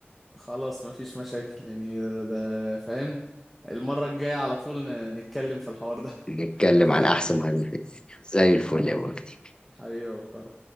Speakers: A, in the centre; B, on the left.
A: خلاص مفيش مشاكل يعني ده فاهم المرة الجاية على طول ن- نتكلم في الحوار ده
B: نتكلم
A: <laughs> اتفقنا
B: عن احسن مهاجمين في التاريخ زي الفل يا وجدي
A: حبيبي يا أبو كرم